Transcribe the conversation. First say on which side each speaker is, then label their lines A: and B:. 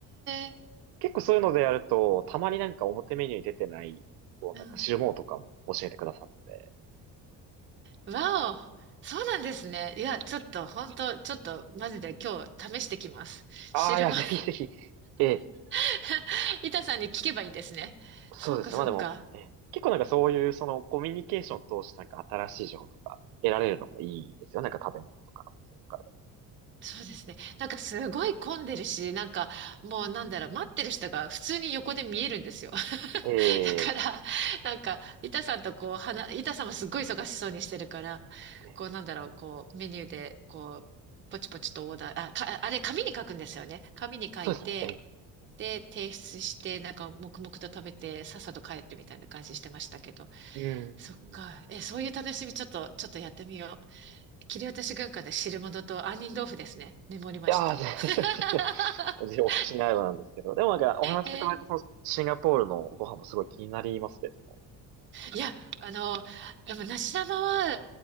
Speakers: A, on the right; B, on the right.
A: え、
B: 結構そういうのでやると、たまになんか表メニューに出てない、こうなんか汁物とかも教えてくださって。
A: うん。わお、そうなんですね。いや、ちょっと、本当ちょっと、マジで今日試してきます。
B: ああ、
A: 汁物
B: いや、ぜひぜひ。ええ、
A: <laughs> 板さんに聞けばいいんですね。
B: そうですね。
A: そうか、そうか。
B: まあでも、ええ、結構なんかそういう、そのコミュニケーションを通してなんか新しい情報とか得られるのもいいですよ。なんか食べ物とかのお店とか
A: そうですね。なんかすごい混んでるし、なんかもうなんだろう、待ってる人が普通に横で見えるんですよ。<laughs>
B: で。え
A: だから、なんか、板さんとこう、話、板さんもすっごい忙しそうにしてるから、
B: え、ね
A: こうなんだろう、こう、メニューで、こう、ポチポチとオーダー、あ、か、あれ、紙に書くんですよね。紙に書いて、
B: そうですね。え
A: で、提出して、なんか黙々と食べて、さっさと帰るみたいな感じしてましたけど。
B: え、うん。
A: そっか。え、そういう楽しみ、ちょっと、ちょっとやってみよう。切り落とし軍艦で汁物と杏仁豆腐ですね。メモりました。
B: いやー、全然、
A: <laughs>
B: 全然お口に合えばなんですけど。でもなんか、お話しいただいたそのシンガポールのご飯もすごい気になりますけどね。
A: えーいや、あの、でも梨玉は